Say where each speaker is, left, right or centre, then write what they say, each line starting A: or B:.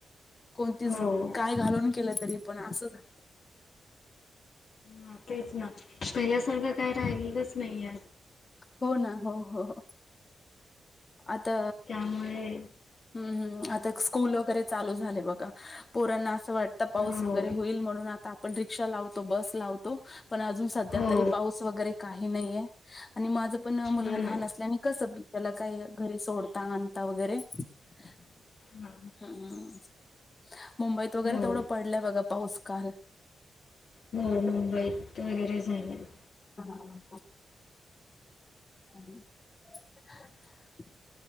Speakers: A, on the left (about 30°); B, on the left (about 60°).
A: कोणतीच
B: हो
A: काय घालून केलं तरी पण असं झा?
B: हा तेच ना पहिल्यासारखं काय राहिलेलंच नाही.
A: हो ना हो हो. आता
B: त्यामुळे
A: हं हं! आता स्कूल वगैरे चालू झाले बघा पोरांना असं वाटत, पाऊस
B: हो
A: वगैरे होईल म्हणून आता. पण रिक्षा लावतो, बस लावतो, पण अजून सध्या
B: हो
A: तरी पाऊस वगैरे काही नाहीय. आणि माझं पण
B: हा
A: मुलगा लहान
B: ना
A: असल्याने कसं त्याला काय घरी सोडता, आणता, वगैरे -
B: हा
A: हं मुंबईत वगैरे
B: हो
A: तेवढं पडलंय बघा पाऊस. काल -
B: हो मुंबईत वगैरे झाला आ.
A: हं हा! <unintelligible>